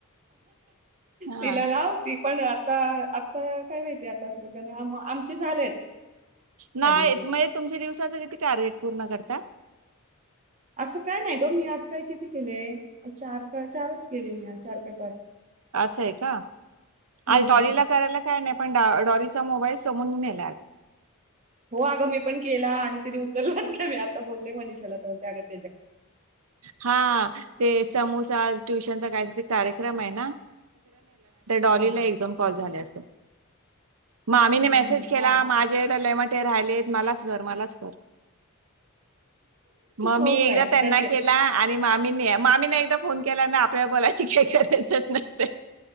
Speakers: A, on the right; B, on the right.
A: हा
B: तिला लाव त पण आता आता काय माहितीय आता असेल का नाही आम आमचे झालेत.
A: नाही
B: त्या दिवशी
A: मग तुमच्या दिवसाच टार्गेट पूर्ण करता
B: असं काय नाही ग मी आज काल किती केलेय चार का चारच केले मी आज चार का पाच?
A: असं आहे का
B: हम्म
A: आज डॉलीला करायला. काय नाही पण डॉरीचा मोबाईल समोर नेला आ..
B: हो अगं मी पण केला आणि ति उचललाच का मी आता बोलले मनिषाला त्या ग
A: हा ते समो ्य कार्य्र त त्या डॉलीला
B: हा
A: एक दोन कॉल झाले मामीे
B: हम्म, हम्म,
A: मेसेज
B: हम्म.
A: केला
B: हा
A: माझ्याेत म ते राहिले मलाच घ मलाच कर. मग मी
B: हो
A: एकदा
B: काय त्यांचे
A: के आणि मामीने मामीने एकदा फोन केला ना आपल्या बोलायची काय करायचंच नसते.